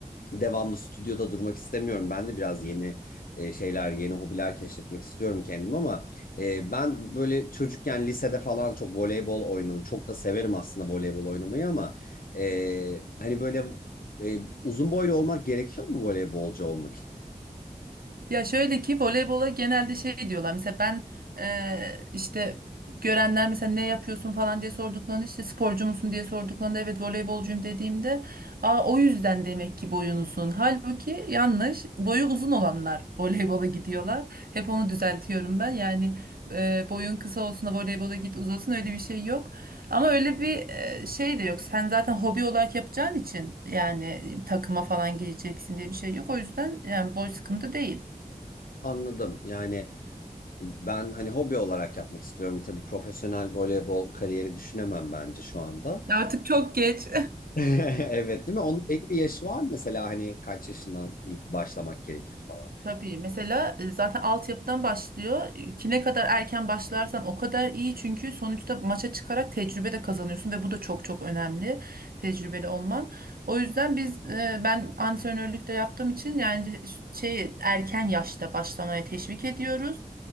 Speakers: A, on the left (about 75°); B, on the right (about 85°).
A: Devamlı stüdyoda durmak istemiyorum. Ben de biraz yeni e, şeyler, yeni hobiler keşfetmek istiyorum kendim ama e, ben böyle çocukken lisede falan çok voleybol oynadım. Çok da severim aslında voleybol oynamayı ama e, hani böyle e, uzun boylu olmak gerekiyor mu voleybolcu olmak için?
B: Ya şöyle ki voleybola genelde şey diyorlar. Mesela ben eee, işte görenler mesela ne yapıyorsun falan diye sorduklarında işte sporcu musun diye sorduklarında evet voleybolcuyum dediğimde aa o yüzden demek ki boyun uzun. Halbuki yanlış. Boyu uzun olanlar <laughs> voleybola gidiyorlar. Hep onu düzeltiyorum ben. Yani eee, boyun kısa olsun da voleybola git uzasın öyle bir şey yok. Ama öyle bir eee, şey de yok. Sen zaten hobi olarak yapacağın için yani takıma falan gireceksin diye bir şey yok. O yüzden yani boy sıkıntı değil.
A: Anladım. Yani ben hani hobi olarak yapmak istiyorum. Tabii profesyonel voleybol kariyeri düşünemem bence şu anda.
B: Ya Artık çok geç.
A: <laughs> Evet değil mi? Onun belli bir yaşı var mı mesela hani kaç yaşından ilk başlamak gerekir falan.
B: Tabii mesela e, zaten altyapıdan başlıyor. E, Ki ne kadar erken başlarsan o kadar iyi. Çünkü sonuçta maça çıkarak tecrübe de kazanıyorsun ve bu da çok çok önemli tecrübeli olman. O yüzden biz e, ben antrenörlük de yaptığım için yani şey erken yaşta başlamaya teşvik ediyoruz.